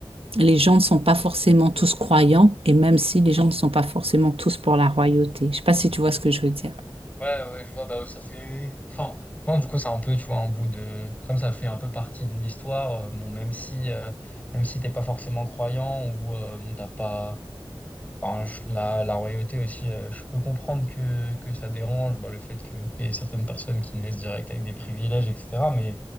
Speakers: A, on the right (about 85°); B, on the left (about 15°).
A: les gens ne sont pas forcément tous croyants et même si les gens ne sont pas forcément tous pour la royauté. Je sais pas si tu vois ce que je veux dire.
B: Ouais, ouais, je vois, bah, ça fait, enfin, je pense du coup, c'est un peu, tu vois, un bout de, comme ça fait un peu partie de l'histoire, euh, bon, même si, euh, même si t'es pas forcément croyant ou, euh, bon, t'as pas, Enfin, je- la, la royauté aussi, euh, je peux comprendre que, que ça dérange, bah, le fait que tu aies certaines personnes qui naissent direct avec des privilèges, etc. Mais